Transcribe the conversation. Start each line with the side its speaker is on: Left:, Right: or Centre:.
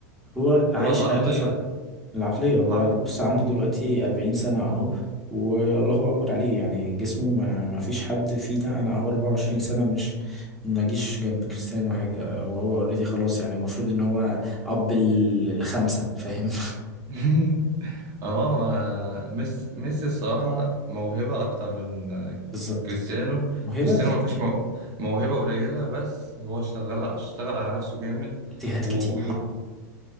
Centre: هو عايش
Right: هو العقليه
Centre: حياته صح العقلية هو
Right: العقل
Centre: بص عنده دلوقتي
Right: مم.
Centre: 40 سنة أهو والله أكبر عليه يعني جسمه ما, ما فيش حد فينا أنا أهو 24 سنة مش ما جيش جنب كريستيانو حاجة وهو أوريدي خلاص يعني المفروض إن هو أب ال- الخمسة فاهم <laughs>
Right: <laughs> اه ما ميسي ميسي الصراحه موهبه اكتر من
Centre: بالظبط
Right: كريستيانو
Centre: موهبة
Right: كريستيانو مفيش مو... موهبه قليله بس هو اشتغل اشتغل على نفسه جامد
Centre: اجتهاد
Right: وحاطط
Centre: كتير